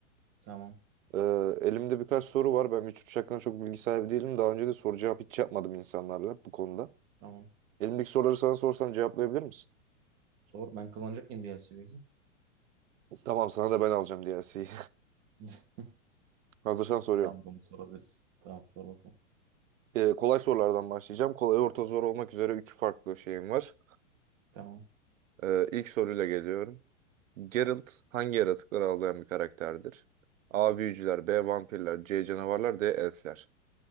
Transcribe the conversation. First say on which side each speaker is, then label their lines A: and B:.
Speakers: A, on the right; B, on the right.
A: Tamam.
B: E, elimde birkaç soru var. Ben Witcher 3 hakkında çok bilgi sahibi değilim. Daha önce de soru cevap hiç yapmadım insanlarla bu konuda.
A: Tamam.
B: Elimdeki soruları sana sorsam cevaplayabilir misin?
A: Sor. Ben kazanacak mıyım DLC peki?
B: Tamam sana da ben alacağım DLC'yi.
A: <laughs>
B: <laughs> Hazırsan soruyorum.
A: Tamam bunu sorabiliriz. Tamam sor bakalım.
B: Ee, kolay sorulardan başlayacağım. Kolay, orta, zor olmak üzere 3 farklı şeyim var.
A: Tamam.
B: Ee, ilk soruyla geliyorum. Geralt hangi yaratıkları avlayan bir karakterdir? A. Büyücüler, B. Vampirler, C. Canavarlar, D. Elfler.